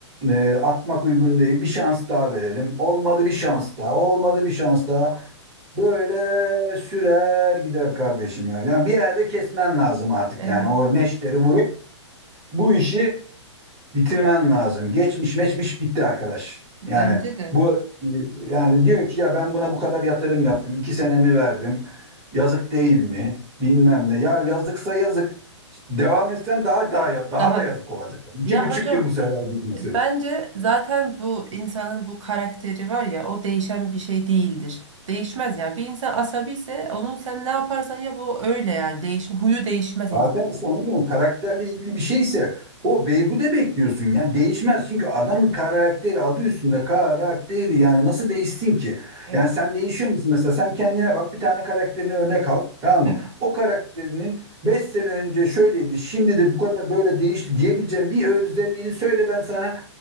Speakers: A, on the right; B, on the right.
A: e, atmak uygun değil. Bir şans daha verelim. Olmadı bir şans daha, olmadı bir şans daha. Böyle sürer gider kardeşim ya. Yani bir yerde kesmen lazım artık
B: evet
A: yani o neşteri vurup bu işi Bitirmen lazım. Geçmiş meçmiş bitti arkadaş.
B: bence
A: Yani
B: de
A: bu yani diyor ki ya ben buna bu kadar yatırım yaptım. iki senemi verdim. Yazık değil mi? Bilmem ne. Ya yazıksa yazık. Devam etsen daha daha daha
B: daha
A: da yazık
B: da.
A: olacak. İki
B: Ya
A: buçuk
B: hocam
A: yıl bu sefer gideceksin.
B: Bence zaten bu insanın bu karakteri var ya o değişen bir şey değildir. Değişmez yani. Bir insan asabi ise onun sen ne yaparsan ya bu öyle yani. Değişme, huyu değişmez insan.
A: Zaten işte onu diyorum karakterle ilgili bir şeyse o beyhude bekliyorsun. Yani değişmez çünkü adamın karakteri adı üstünde karakteri yani nasıl değişsin ki?
B: Evet,
A: Yani sen değişiyor musun mesela sen kendine bak bir tane karakterini örnek al tamam
B: evet.
A: mı? O karakterinin 5 sene önce şöyleydi şimdi de bu kadar böyle değişti diyebileceğim bir özelliğini söyle ben sana